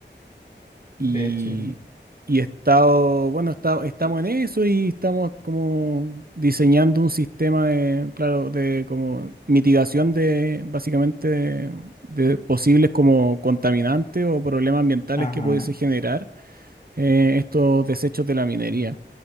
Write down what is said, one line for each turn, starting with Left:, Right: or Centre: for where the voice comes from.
Right: Y,
Left: Ve, chévere.
Right: y he estado, bueno, he estado- estamos en eso y estamos como diseñando un sistema de, claro, de como mitigación de básicamente de, de posibles como contaminantes o problemas ambientales
Left: Ajá,
Right: que pudiese generar eh, estos desechos de la minería.